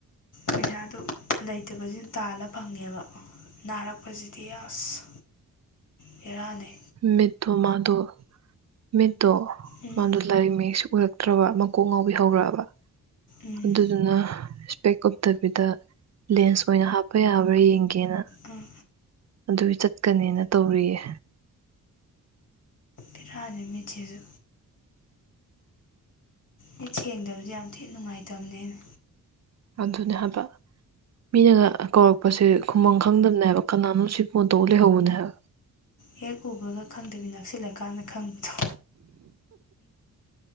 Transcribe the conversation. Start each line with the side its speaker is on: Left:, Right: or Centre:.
Left: ꯄꯩꯁꯥꯗꯨ ꯂꯩꯇꯕꯁꯤ ꯇꯥꯜꯂ ꯐꯪꯉꯦꯕ꯫ ꯅꯥꯔꯛꯄꯁꯤꯗꯤ ꯑꯁ ꯚꯦꯔꯥꯅꯩ꯫
Right: ꯃꯤꯠꯇꯣ ꯃꯥꯗꯣ ꯃꯤꯠꯇꯣ
Left: ꯎꯝ
Right: ꯃꯥꯗꯣ ꯂꯥꯏꯔꯤꯛ ꯃꯌꯦꯛꯁꯨ ꯎꯔꯛꯇ꯭ꯔꯕ ꯃꯀꯣꯛ ꯉꯥꯎꯕꯤ ꯍꯧꯔꯛꯑꯕ
Left: ꯎꯝ
Right: ꯑꯗꯨꯗꯨꯅ ꯏꯁꯄꯦꯛ ꯎꯞꯇꯕꯤꯗ ꯂꯦꯟꯁ ꯑꯣꯏꯅ ꯍꯥꯞꯄ ꯌꯥꯕ꯭ꯔꯥ ꯌꯦꯡꯒꯦꯅ꯫
Left: ꯑꯪ
Right: ꯑꯗꯨꯏ ꯆꯠꯀꯅꯤꯅ ꯇꯧꯔꯤꯌꯦ꯫
Left: ꯕꯦꯔꯅꯤ ꯃꯤꯠꯁꯤꯁꯨ꯫ ꯃꯤꯠ ꯁꯦꯡꯗꯕꯁꯦ ꯌꯥꯝ ꯊꯤꯅ ꯅꯨꯡꯉꯥꯏꯇꯕꯅꯦꯅ
Right: ꯑꯗꯨꯅꯦ ꯍꯥꯏꯕ ꯃꯤꯅꯒ ꯀꯧꯔꯛꯄꯁꯦ ꯈꯨꯝꯕꯝ ꯈꯪꯗꯕꯅꯦ ꯍꯥꯏꯕ ꯀꯅꯥꯅꯣ ꯁꯤꯕꯨꯅ ꯇꯧ ꯂꯩꯍꯧꯕꯅꯦ ꯍꯥꯏꯕ
Left: ꯍꯦꯛ ꯎꯕꯒ ꯈꯪꯗꯦꯕꯤ ꯅꯛꯁꯤꯜꯂꯀꯥꯟꯗ ꯈꯪꯕꯤꯗꯣ